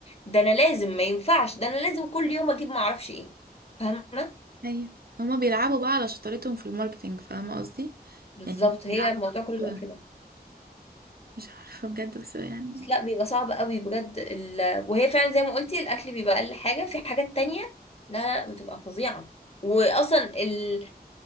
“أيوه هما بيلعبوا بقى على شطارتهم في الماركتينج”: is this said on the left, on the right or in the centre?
Right